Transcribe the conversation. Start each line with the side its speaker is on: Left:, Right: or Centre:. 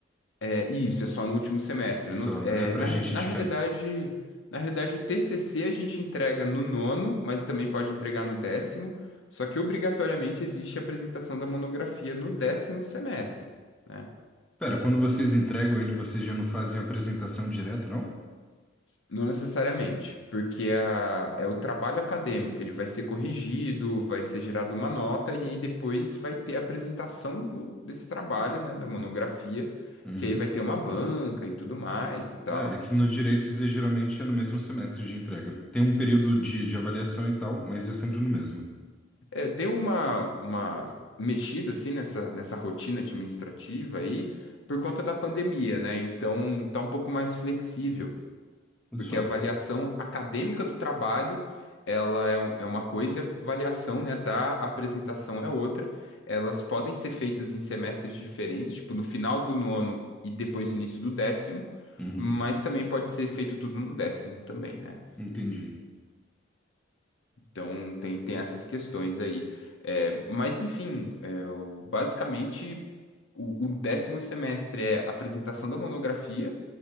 Left: é, isso, é só no último semestre.
Centre: Só,
Left: Não- é,
Centre: é pra
Left: na, re-
Centre: gente
Left: na
Centre: de
Left: realidade, na realidade, o TCC a gente entrega no nono, mas também pode entregar no décimo, só que obrigatoriamente existe a apresentação da monografia no décimo semestre, né?
Centre: Pera, quando vocês entregam ele, vocês já não fazem apresentação direto, não?
Left: Não necessariamente, porque é a- é o trabalho acadêmico, ele vai ser corrigido, vai ser gerada uma nota, e aí depois vai ter a apresentação do- desse trabalho, né, da monografia,
Centre: Uhum.
Left: que aí vai ter uma banca e tudo mais e tal.
Centre: É, é que no direito isso aí geralmente é no mesmo semestre de entrega. Tem um período de,
Left: Entendi.
Centre: de avaliação e tal, mas é sempre no mesmo.
Left: É, deu uma, uma mexida assim nessa, nessa rotina administrativa aí por conta da pandemia, né? Então tá um pouco mais flexível, porque
Centre: Só.
Left: a avaliação acadêmica do trabalho ela é, um- é uma coisa e a avaliação, né, da apresentação é outra. Elas podem ser feitas em semestres diferentes, tipo no final do nono e depois início do décimo,
Centre: Uhum.
Left: mas também pode ser feito tudo no décimo também, né?
Centre: Entendi.
Left: Então tem, tem essas questões aí. É, mas enfim, é, o- basicamente o, o décimo semestre é apresentação da monografia.